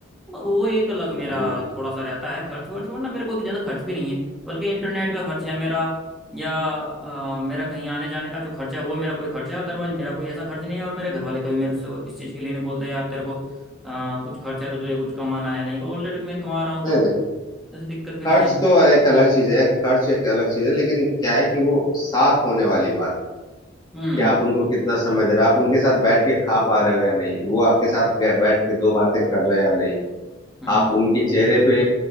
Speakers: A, in the centre; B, on the left (about 20°).
A: वो एक अलग मेरा
B: हम्म
A: थोड़ा सा रहता है खर्च वर्च वरना मेरे को ज़्यादा खर्च भी नहीं है बल्कि इंटरनेट का खर्च है मेरा या अ, मेरा कहीं आने जाने का जो खर्च है वो मेरा कोई खर्च है अदरवाइज मेरा कोई ऐसा खर्च नहीं है और मेरे घर वाले कभी मेरे से इस चीज़ के लिए नहीं बोलते यार तेरे को अ, कुछ खर्च है तो तुझे कुछ कमाना है नहीं ऑलरेडी मैं कमा रहा हूँ तो
B: नहीं नहीं
A: ऐसी दिक्कत भी
B: खर्च
A: नहीं है
B: तो एक अलग चीज है खर्च एक अलग चीज है लेकिन क्या है कि वो साथ होने वाली बात
A: हम्म
B: कि आप उनको कितना समय दे रहे हो आप उनके साथ बैठ के खा पा रहे हो या नहीं वो आपके साथ गे- बैठ के दो बातें कर रहे हो या नहीं
A: हम्म
B: आप उनके चेहरे पे